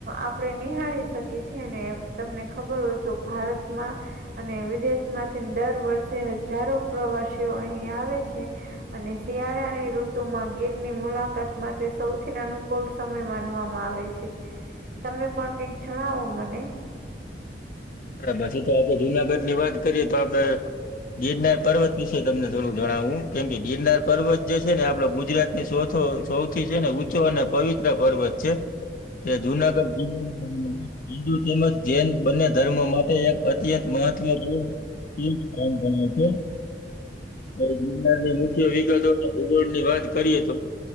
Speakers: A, on the right; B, on the left.
A: આપડે નિહાળી શકીએ છીએ ને. તમને ખબર હોય તો ભારતમાં અને વિદેશ માંથી દર વર્ષે. હજારો પ્રવાસીઓ અહીં આવે છે. અને શિયાળાની ઋતુ માં ગીરની મુલાકાત માટે સૌથી અનુકૂળ. સમય માનવામાં આવે છે તમે પણ કઈક જણાવો મને.
B: પછી તો આપડે જુનાગઢ ની વાત કરીએ તો આપડે. ગિરનાર પર્વત વિશે તમને થોડું જણાવવું કેમ કે ગિરનાર પર્વત જે છે ને આપડો ગુજરાતી. એ ચોથો સૌથી છે ને ઊંચો અને પવિત્ર પર્વત છે. એ જુનાગઢ જિલ્લા હિન્દુ તેમજ જૈન બને. ધર્મ માટે એક અત્યંત મહત્વપૂર્ણ તીર્થ સ્થાન બને છે. અ ગિરનારની મુખ્ય વિગતો ભૂગોળ ની વાત કરીએ તો.